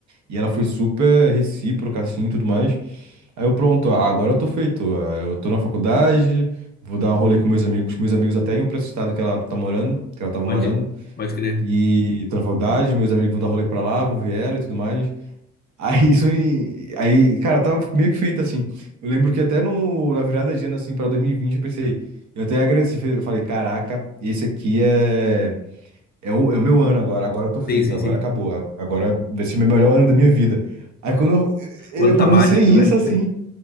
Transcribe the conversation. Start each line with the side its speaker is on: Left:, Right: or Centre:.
Right: E ela foi super recíproca, assim, e tudo mais. Aí eu, pronto, ah, agora eu tô feito. ah, Eu tô na faculdade, vou dar um rolê com meus amigos, meus amigos até iam pra esse estado que ela tá morando, que ela tava
Left: pode,
Right: morando.
Left: pode crer.
Right: E tô na faculdade, meus amigos vão dar rolê pra lá, vou ver ela e tudo mais. <laughs> Aí isso, e- aí, cara, eu tava meio que feito, assim. Eu lembro que até no, na virada de ano, assim, pra 2020, eu pensei, eu até agradeci, falei, falei, caraca, esse aqui é. É o, é o meu ano agora, agora eu tô feito,
Left: Sim, sim,
Right: agora
Left: sim.
Right: acabou, a- agora vai ser o melhor ano da minha vida. Aí quando eu,
Left: O ano
Right: eu
Left: sabático,
Right: pronunciei isso
Left: né?
Right: assim,